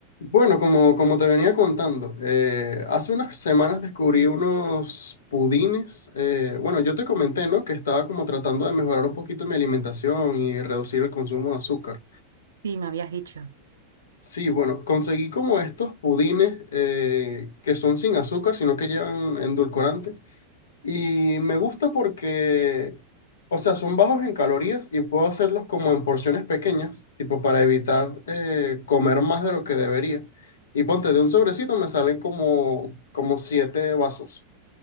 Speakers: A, on the left; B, on the right.
A: Bueno, como, como te venía contando, eh, hace unas semanas descubrí unos pudines. eh, bueno, yo te comenté, ¿no? Que estaba como tratando de mejorar un poquito mi alimentación y reducir el consumo de azúcar.
B: Sí, me habías dicho.
A: Sí, bueno, conseguí como estos pudines eh, que son sin azúcar, sino que llevan endulcorante. Y me gusta porque, o sea, son bajos en calorías y puedo hacerlos como en porciones pequeñas, tipo para evitar eh, comer más de lo que debería. Y ponte, de un sobrecito me salen como, como siete vasos.